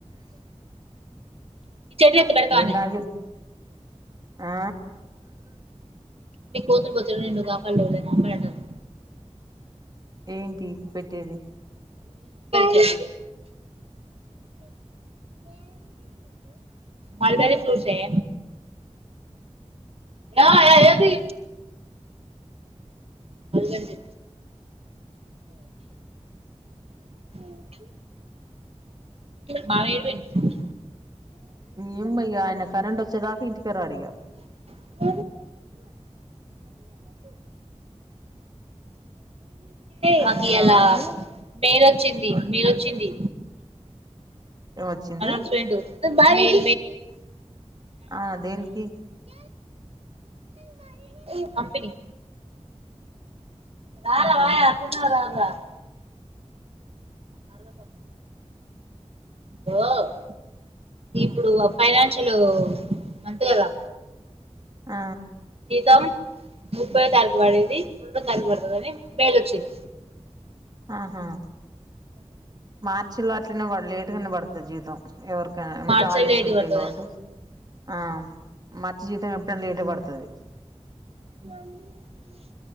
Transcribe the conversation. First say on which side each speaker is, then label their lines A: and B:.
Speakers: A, on the right; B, on the right.
A: <unintelligible> ఈ చెడువ ఎత్ పెడతవనేే
B: ఏం తాగిర్రు
A: <unintelligible>
B: ఆ
A: మి కోతులుపోతుడు నిన్ను కాపాడు లెంలే మా అమ్మ అంటది
B: ఏంటి పెట్టేది
A: చే మలబెర్రీ ఫ్రూప్ట్స్ ఎ ఆ ఏంది అగ జ <unintelligible> మావయ్య ఎడికి పోయిండ్
B: ఇమయ్య ఇగ ఆయన కరెంటు వచ్చే దాక ఇంటికె రాడు ఇగ
A: <unintelligible>
B: కరెంట్
A: మాకు ఇయాల
B: రావాలే
A: పేరొచ్చింది మీదచింది
B: ఏమొచ్చింది
A: అనౌన్స్మెంట్ అనౌం
B: ఆ దేనికి
A: <inaudible> కంపెనీ రాాల
B: ఆహా
A: వయ తిన్న వ అద <inaudible> అరవతమ్మ <unintelligible> ఇప్పుడు ఫైనాన్షియల్ మంతు కదా
B: ఆ
A: తౌండ్ ముప్పైయో తారీఖు పడేది రెండో తారీఖు పడుతుందిని మేలు వచ్చింది
B: ఆహా మార్చి లో అట్లనే లేటుగానే పడుతుంది జీవితం ఎవరి ఎంత
A: మార్చ్
B: ఆడిట్స్
A: లేట్
B: ఉంటాయి
A: పడుతుందంట
B: కాబట్టి ఆ మర్చ జీతం ఎప్పుడ లేట్ పడుతుది
A: మమ్మీ